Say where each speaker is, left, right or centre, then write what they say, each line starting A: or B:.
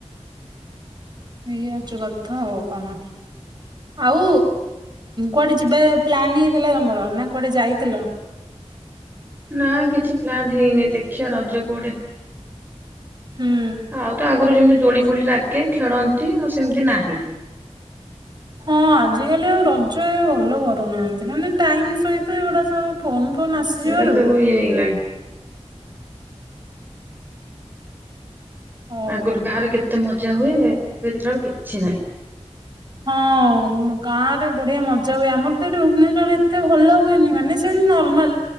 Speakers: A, on the right; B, on the right.
A: ଏଇଆ ହଉଚି କଥା ଆଉ କଣ। ଆଉ କୁଆଡେ ଯିବା ପ୍ଲାନ୍ ହେଇଥିଲା ତମର ନା କୁଆଡେ ଯାଇଥିଲ?
B: ନା କିଛି ପ୍ଲାନ୍ ହେଇନି ଦେଖିଆ ରଜ କୋଡେ।
A: ହୁଁ।
B: ଆଉ ତ ଆଗୁରୁ ଯେମିତି ଦୋଳି ଫୋଳି ଲାଗେ ଖେଳନ୍ତି ଆଉ ସେମିତି ନାହିଁ।
A: ହଁ ଆଜିକାଲି ଆଉ ରଜ ଏ ଭଲ କରୁନାହାନ୍ତି ମାନେ ଟାଇମ ସହିତ ଏଗୁଡା ସବୁ। ଫୋନ୍ ଫୋନ୍ ଆସିଯିବାରୁ।
B: ଏରା ସବୁ ଇଏ ହେଇଗଲାଣି
A: ଆଉ
B: ଆଗୁରୁ ଗାଁରେ କେତେ ମଜା ହୁଏ ଏବେ ଦେଖିଲାବେଳୁ କିଛି ନାହିଁ।
A: ହଁ ଗାଁରେ ବଢିଆ ମଜା ହୁଏ ଆମର ତ ଏଠି ଭୁବନେଶ୍ଵରରେ ଏତେ ଭଲ ହୁଏନି ମାନେ ସେମ୍ ନର୍ମାଲ।